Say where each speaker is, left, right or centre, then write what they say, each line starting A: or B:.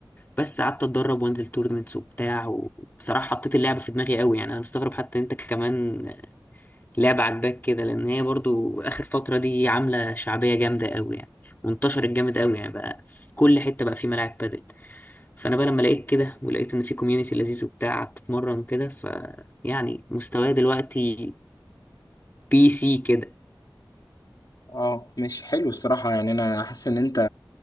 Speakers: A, on the left; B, on the left.
A: بس قعدت اتدرب وانزل تورنمنتس وبتاع وبصراحة حطيت اللعبة في دماغي قوي يعني انا مستغرب حتى انت كمان لعبة عاجباك كده لان هي برضو اخر فترة دي عاملة شعبية جامدة قوي يعني وانتشرت جامد قوي يعني بقى في كل حتة بقى في ملاعب بادل فانا بقى لما لقيت كده ولقيت ان في كوميونتي لذيذ وبتاع قعدت اتمرن وكده ف يعني مستواي دلوقتي بي سي كده
B: اه مش حلو الصراحة يعني انا حاسس ان انت